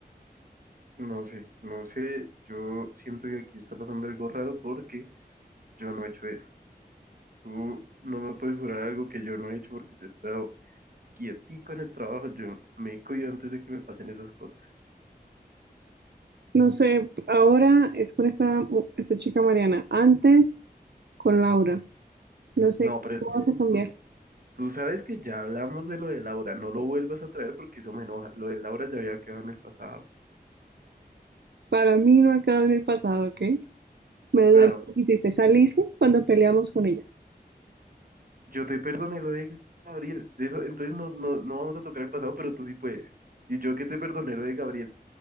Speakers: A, on the right; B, on the right.
A: No sé, no sé, yo siento que aquí está pasando algo raro porque yo no he hecho eso. Tú no me puedes jurar algo que yo no he hecho porque yo he estado quietico en el trabajo, yo me cuido antes de que me pasen esas cosas.
B: no sé, ahora es con esta, mu- esta chica Mariana. Antes, con Laura. No sé,
A: No, pero...
B: ¿cómo vas a cambiar?
A: Tú, Tú sabes que ya hablamos de lo de Laura, no lo vuelvas a traer porque eso me enoja. Lo de Laura ya había quedado en el pasado.
B: Para mí no ha quedado en el pasado, ¿ok? Me
A: Claro,
B: duele lo que hiciste. Saliste cuando peleamos con ella.
A: yo te perdoné lo de Gabriel. Eso, entonces no, no, no vamos a tocar el pasado, pero tú sí puedes. Y yo que te perdoné lo de Gabriel.